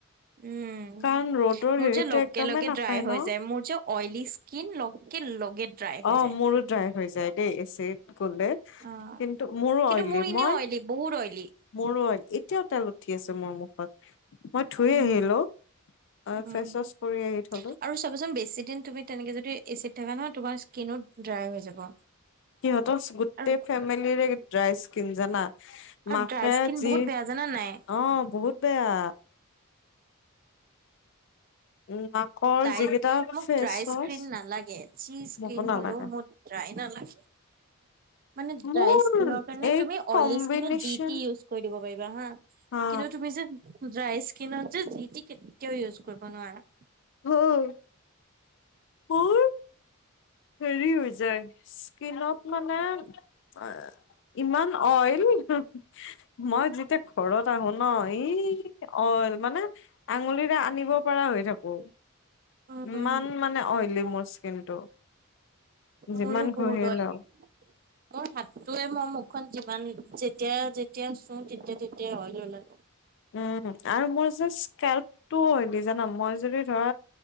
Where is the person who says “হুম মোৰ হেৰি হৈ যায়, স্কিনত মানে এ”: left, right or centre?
Left